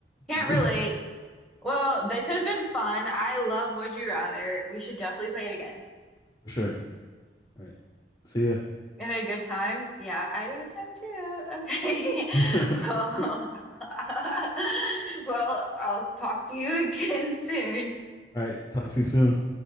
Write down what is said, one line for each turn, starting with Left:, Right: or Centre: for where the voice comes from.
Centre: Can't
Left: <laughs>
Centre: relate. Well, this has been fun. I love Would You Rather. We should definitely play it again.
Left: for sure. All right, see ya.
Centre: You Had a good time? Yeah, I had a good time too. Okay.
Left: <laughs>
Centre: <laughs> Well, <laughs> well, I'll talk to you <laughs> again soon.
Left: All right, talk to you soon.